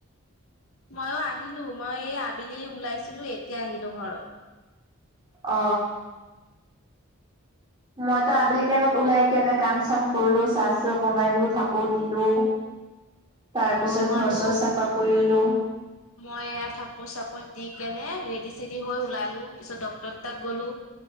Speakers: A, on the left; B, on the right.
A: ময়ো আহিলো মই আবেলি ওলাইছিলো এতিয়া আহিলো ঘৰত
B: অ মইতো আবেলি টাইমত ওলাই কেনে কাম চাম কৰিলো চাহ চাহ বনাইলো থাকো দিলো তাৰ
A: অ
B: পিছত
A: মইও
B: ঘৰচৰ চাফা কৰিলো
A: মই এয়া থাকো চাকো দি কেনে ৰেডি চেডি হৈ ওলালো পিছত ডক্টৰ তাত গ'লো